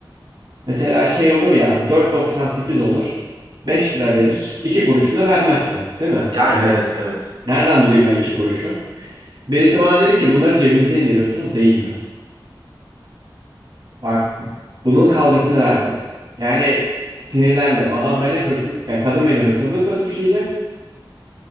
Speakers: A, on the right (about 65°); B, on the right (about 85°).
A: Mesela şey olur ya 4.98 olur. 5 lira verir. iki kuruşunu vermezsin, değil mi?
B: yani
A: Yani
B: evet evet
A: nereden bulayım ben 2 kuruşu? Birisi bana dedi ki bunları cebinize indiriyorsunuz değil mi? Bak bunun kavgasını verdim. Yani sinirlendim. Adam beni hırsız, ya kadın beni hırsızlıkla suçlayacak.